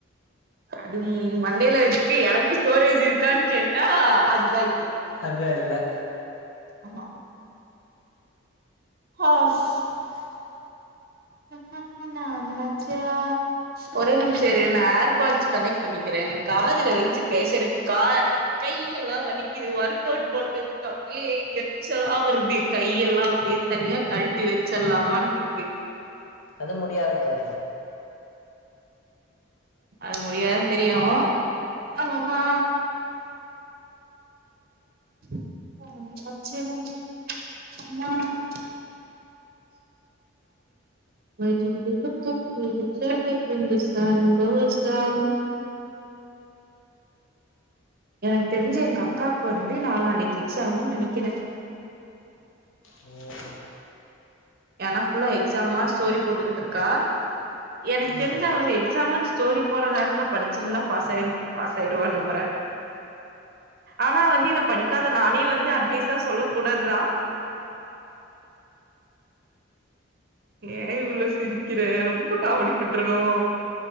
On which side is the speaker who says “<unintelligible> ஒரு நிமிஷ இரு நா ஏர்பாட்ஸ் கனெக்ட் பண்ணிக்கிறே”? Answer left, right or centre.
Right